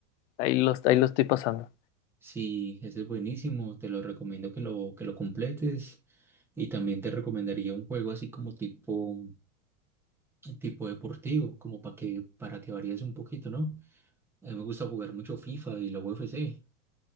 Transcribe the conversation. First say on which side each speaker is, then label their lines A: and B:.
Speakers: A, on the left (about 55°); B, in the centre.
A: ahí lo, ahí lo estoy pasando.
B: Sí, ese es buenísimo, te lo recomiendo que lo, que lo completes. Y también te recomendaría un juego así como tipo... tipo deportivo, como para que, para que varíes un poquito, ¿no? A mí me gusta jugar mucho FIFA y la UFC.